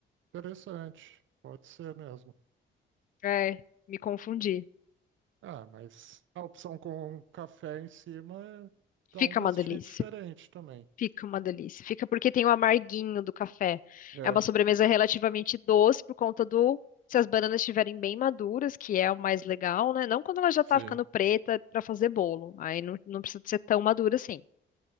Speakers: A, on the right; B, on the left.
A: interessante. Pode ser mesmo.
B: É, me confundi.
A: Ah, mas a opção com café em cima é- dá
B: Fica
A: um gostinho
B: uma delícia.
A: diferente também.
B: Fica uma delícia. Fica porque tem o amarguinho do café.
A: É,
B: É uma sobremesa relativamente doce por conta do. Se as bananas estiverem bem maduras, que é o mais legal, né? Não quando ela já
A: sim.
B: tá ficando preta para fazer bolo. Aí não, não precisa ser tão madura assim.